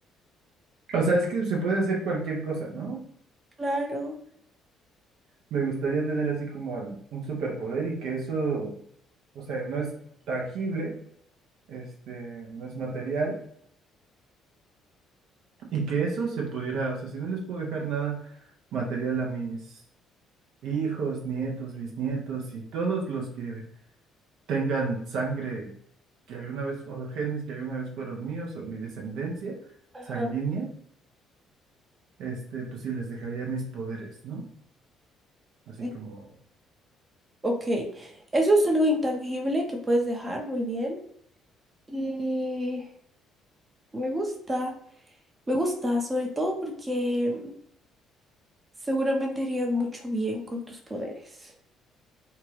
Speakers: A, on the right (about 65°); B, on the right (about 25°).
A: o sea, es que se puede hacer cualquier cosa, ¿no?
B: claro.
A: Me gustaría tener así como al- un superpoder y que eso, o sea, no es tangible, este, no es material, y que eso se pudiera, o sea, si no les puedo dejar nada material a mis hijos, nietos, bisnietos y todos los que tengan sangre que alguna vez, o genes que alguna vez fueron míos o mi descendencia
B: Ajá.
A: sanguínea, este, pues sí les dejaría mis poderes, ¿no? Así
B: Y-
A: como,
B: Ok. Eso es algo intangible que puedes dejar muy bien. Y me gusta. Me gusta, sobre todo porque seguramente harían mucho bien con tus poderes.